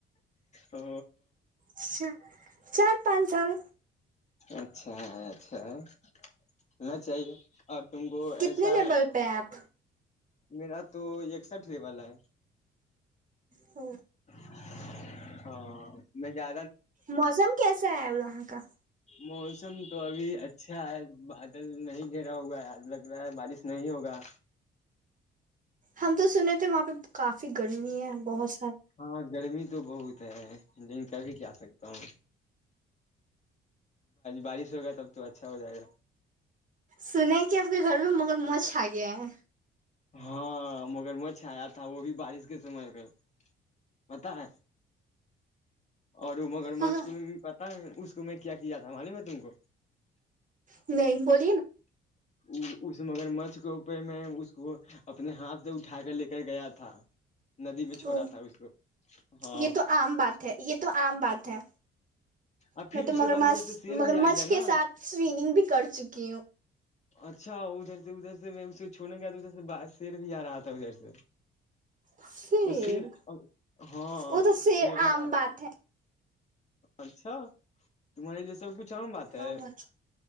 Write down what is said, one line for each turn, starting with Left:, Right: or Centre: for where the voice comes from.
Left: ا
Right: اچھا چار پانچ سال
Left: اچھا اچھا ہے نہ چاہیے اور تم کو
Right: کتنے
Left: ایسا
Right: لیول پہ ہیں آپ
Left: میرا تو ایک ساٹری والا ہے
Right: ہ
Left: ہاں میں جا
Right: موسم کیسا ہے اا <unintelligible>
Left: موسم تو ابھی اچھا ہے بادل نہیں گھیرا ہوگا ہے آج لگ رہا ہے بارش نہیں ہوگا
Right: ہم تو سنے تھے وہاں پہ کافی کافی گرمی ہے بہت سار
Left: ہاں گرمی تو بہت ہے لیکن کبھی کیا سکتا ہوں بارش ہوگا تب تو اچھا ہو جائے گا
Right: سنے کہ آپ کے گھر میں مگر موچھ آ گیا ہے
Left: ہاں مگر مچھ آیا تھا وہ بھی بارش کے سمے پ بتا ہے اور مگر
Right: ہے
Left: م کو پتاہ ہے اس کو میں کیا کیا تھا ہمی میں تم کو
Right: نہیں بول
Left: جچ اس مگر مچھ کے اوپے میں اس کو اپنے ہاتھ سے اٹھا کر لے کر گیا تھا ندی میں چھوڑا
Right: او
Left: تھا اس کو ہاں
Right: یہ تو عام بات ہے یہ تو عام بات ہے
Left: اب پھر
Right: میں تو
Left: اس کے
Right: مگرمچ
Left: بعد ادھر سے شیر
Right: مگرمچھ
Left: بھی آ گیا
Right: کے
Left: نا
Right: ساتھ سویننگ بھی کر چکی ہوں
Left: اچھا ادھر سے ادھر سے میں اسے چونے گیا تھا ادھر سے ب شیر بھی آ رہا تھا ادھر سے
Right: پھر
Left: اور س ہاں
Right: وہ تو سیر
Left: شیرانا
Right: عام بات ہے
Left: اچھا تمہارے لی سب کچھ عام بات
Right: ہاں
Left: ہے